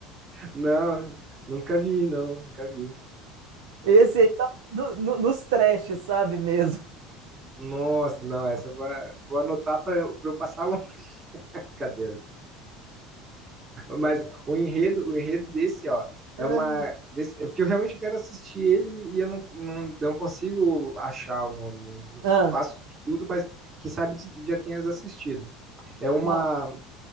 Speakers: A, on the right; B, on the right.
A: Não, nunca vi, não, nunca vi.
B: Esse aí tá no- no- nos trash, sabe mesmo?
A: Nossa, não, essa eu vou, vou anotar para eu passar longe <laughs> da cadeira. Mas o enredo, o enredo desse, ó, é
B: Hum.
A: uma. Desse, é porque eu realmente quero assistir ele e eu não, não, não consigo achar o nome. Não, não-
B: Ah,
A: faço de tudo, mas quem sabe tu já tenhas assistido. É uma,
B: ah,